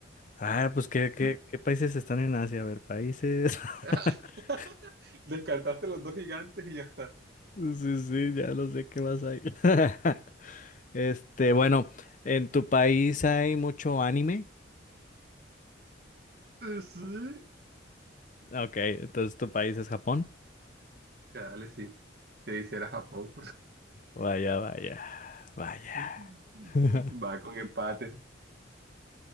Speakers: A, on the left (about 40°); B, on the right (about 55°).
A: Ah, pues ¿qué, qué, qué países están en Asia? A ver, países.
B: <laughs>
A: <laughs>
B: Descartaste los dos gigantes y ya está.
A: Sí, sí, ya lo sé qué vas a ir. <laughs> Este, bueno, ¿en tu país hay mucho anime?
B: Sí.
A: Ok, entonces tu país es Japón.
B: Dale, sí. Sí, hiciera Japón.
A: Vaya, vaya, vaya.
B: <laughs>
A: <laughs>
B: Va con empate.